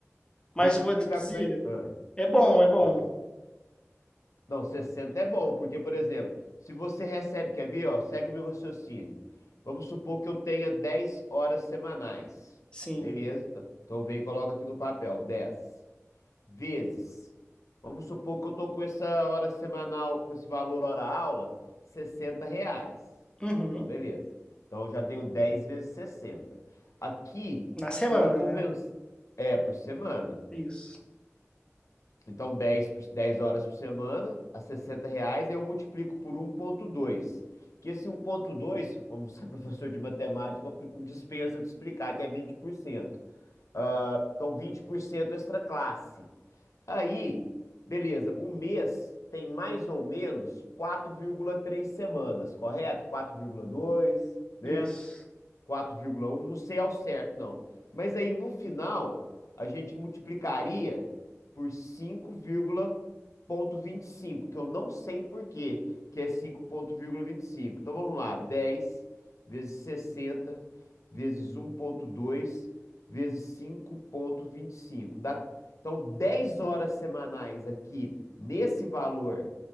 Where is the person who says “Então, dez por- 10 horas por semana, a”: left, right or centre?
Left